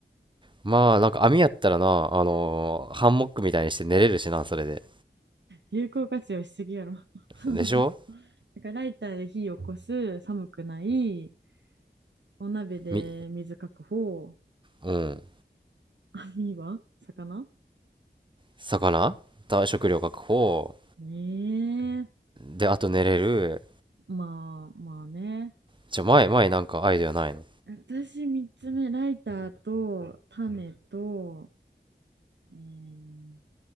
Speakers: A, on the right; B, on the right.
A: まあ、なんか網やったらな、あのーハンモックみたいにして寝れるしな、それで。
B: 有効活用しすぎやろ。<laughs>
A: でしょ
B: だからライターで火を起こす、寒くない、お鍋で水確保、
A: み、うん。
B: 網は魚
A: 魚た食料確保。
B: ねえ。
A: で、あと寝れる。
B: まあまあね。
A: じゃ、前、前なんかアイデアないの
B: 私3つ目、ライターと種とえー